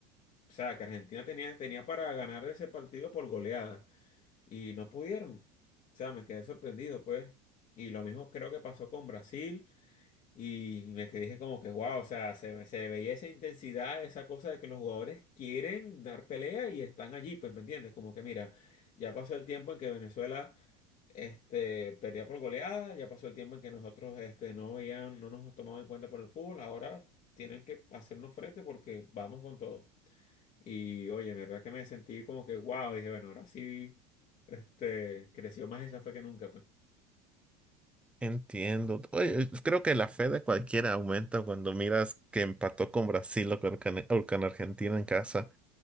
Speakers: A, on the left; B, in the centre.
A: o sea, que Argentina tenía, tenía para ganar ese partido por goleada y no pudieron. O sea, me quedé sorprendido, pues. Y lo mismo creo que pasó con Brasil. Y me quedé dije como que, wow, o sea, se, se veía esa intensidad, esa cosa de que los jugadores quieren dar pelea y están allí, pues, ¿me entiendes? Como que, mira, ya pasó el tiempo en que Venezuela, este, perdía por goleada, ya pasó el tiempo en que nosotros, este, no veían, no nos tomaban en cuenta por el fútbol, ahora tienen que hacernos frente porque vamos con todo. Y, oye, en verdad que me sentí como que, wow, dije, bueno, ahora sí, este, creció más esa fe que nunca, pues.
B: Entiendo. Oye, creo que la fe de cualquiera aumenta cuando miras que empató con Brasil o con, Can- o con Argentina en casa.